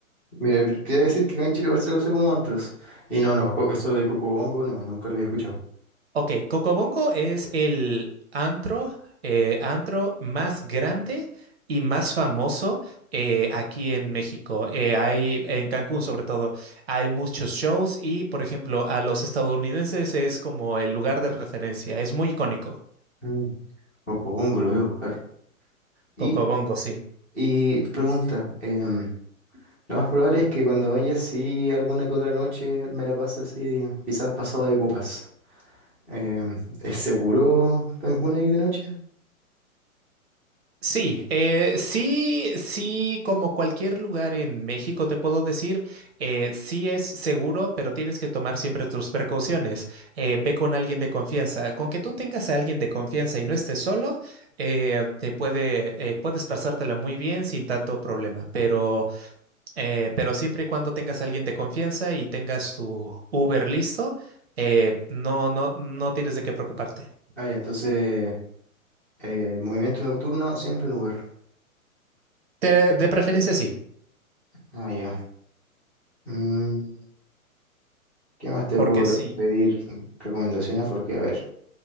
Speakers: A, in the centre; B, on the right (about 45°).
A: Mira, te iba a decir que acá en Chile igual se lo conoce como antros. Y no, no, co- eso de Cocobongo no, nunca lo había escuchado.
B: Ok, Cocobongo es el antro, eh, antro más grande y más famoso eh, aquí en México. Eh, hay, en Cancún sobre todo, hay muchos shows y, por ejemplo, a los estadounidenses es como el lugar de referencia. Es muy icónico.
A: Mm. Cocobongo lo voy a buscar. Y,
B: Cocobongo, sí.
A: y pregunta, em, lo más probable es que cuando vaya así alguna que otra noche me la pase así, quizás pasado de copas. Em, ¿es seguro Cancún ahí de noche?
B: Sí, eh, sí, sí, como cualquier lugar en México te puedo decir, eh, sí es seguro, pero tienes que tomar siempre tus precauciones. Eh, ve con alguien de confianza. Con que tú tengas a alguien de confianza y no estés solo, eh, te puede, eh, puedes pasártela muy bien sin tanto problema. Pero, eh, pero siempre y cuando tengas a alguien de confianza y tengas tu Uber listo, eh, no, no, no tienes de qué preocuparte.
A: Ah, ya, entonces, eh, movimiento nocturno siempre en Uber.
B: Te- de preferencia sí,
A: Ah, ya. Mm, ¿qué más te
B: porque
A: puedo
B: sí.
A: re- pedir recomendaciones? Porque, a ver.